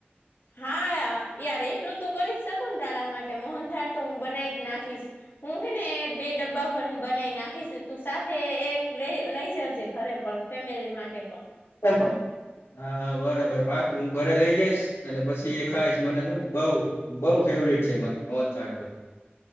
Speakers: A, on the left; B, on the left.
A: હા યાર એટલું તો કરી જ શકો ને તારા માટે મોહન થાર તો હું બનાવી જ નાખીશ હું હે ને બે ડબ્બા ભરીને બનાવી નાખીશ તું સાથે એક લ લઈ જજે ઘરે પણ ફેમિલી માટે પણ
B: સ હા હા બરાબર પાપ હું ઘરે લઈ જઈશ અને પછી એ ખાઈશ મનેમ બઉ બઉ ફેવરટ છે મારા મોહનકોર